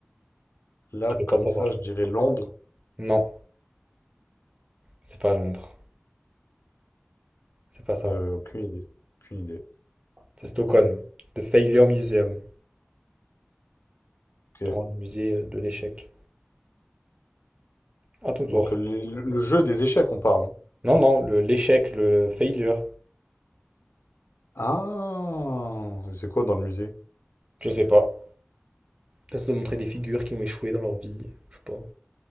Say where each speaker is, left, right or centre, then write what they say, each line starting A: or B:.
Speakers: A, on the left; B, on the right.
A: là,
B: Tu dois
A: comme
B: pas savoir,
A: ça,
B: je
A: je
B: pense.
A: dirais Londres.
B: Non, c'est pas à Londres. C'est pas ça.
A: Euh, aucune idée. Aucune idée.
B: C'est Stockholm. The Failure Museum.
A: Ok.
B: Le Grand musée euh, de l'échec. À ton tour.
A: Donc le, le- jeu des échecs, on parle. hein.
B: Non, non, le l'échec, le failure.
A: Ah, c'est quoi dans le musée?
B: Je sais pas. Peut-être Ça doit montrer des figures qui ont échoué dans leur vie. Je sais pas.